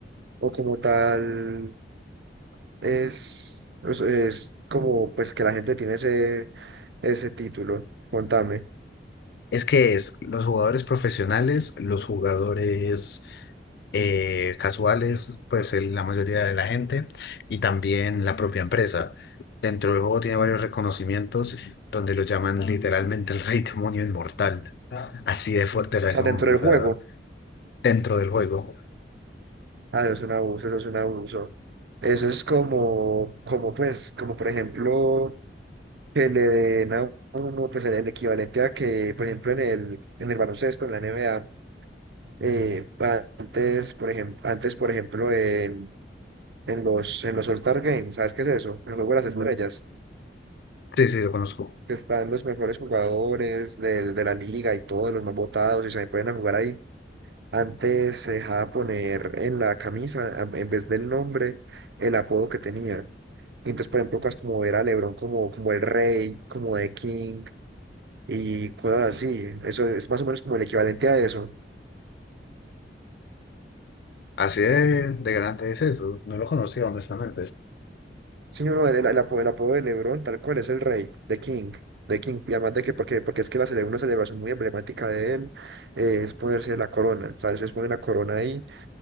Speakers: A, on the right; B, on the left.
A: o como tal es, es, es como pues que la gente tiene ese, ese título? Contame. O
B: Es que es los jugadores profesionales, los jugadores eh, casuales, pues el- la mayoría de la gente, y también la propia empresa. Dentro del juego tiene varios reconocimientos donde lo llaman literalmente el rey demonio inmortal. Así de fuerte era
A: sea,
B: ese
A: dentro
B: hombre,
A: del
B: o sea,
A: juego.
B: dentro del juego.
A: Ah, eso es un abuso, eso es un abuso. Eso es como, como pues, como por ejemplo... que le den a uno pues el, el equivalente a que, por ejemplo, en el, en el baloncesto, en la NBA, eh, antes, por ejemplo, antes, por ejemplo, en, en los, en los All-Star Games, ¿sabes qué es eso? El juego de las Ujú. estrellas,
B: Sí, sí, lo conozco.
A: que están los mejores jugadores del, de la liga y todos los más votados y se pueden a jugar ahí. Antes se dejaba poner en la camisa, a- en vez del nombre, el apodo que tenía. Y entonces, por ejemplo, cosas como ver a LeBron como, como el rey, como The King, y cosas así. Eso es más o menos como el equivalente a eso.
B: Así de, de grande es eso. No lo conocía, honestamente.
A: Sí, no, no, el, el apo- el apodo de LeBron, tal cual, es el rey, The King, The King. Y además de que, porque, porque es que la cele- una celebración muy emblemática de él eh, es ponerse la corona, ¿sabes? Es poner la corona ahí